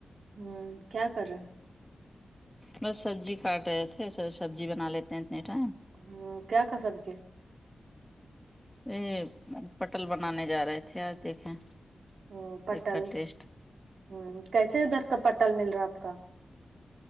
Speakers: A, on the right (about 80°); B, in the centre.
A: ہوں کیا کر رہے ہو
B: بس سبزی کاٹ رہے تھے س سبزی بنا لیتے ہیں اتنے ٹائم
A: ہوں کیا کا سبزی
B: ا پٹل بنانے جا رہے تھے آج دیکھیں
A: ہوں
B: ایک
A: پٹل
B: کا ٹیسٹ
A: ہوں کیسے ادھر کا پٹل مل رہا آپ کا